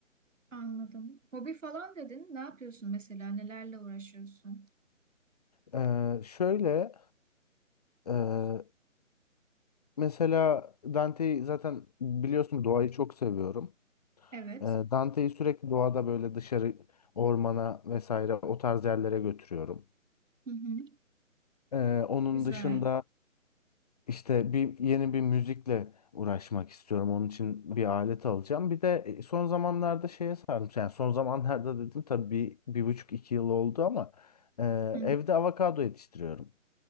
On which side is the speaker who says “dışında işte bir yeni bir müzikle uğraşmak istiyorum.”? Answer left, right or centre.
Left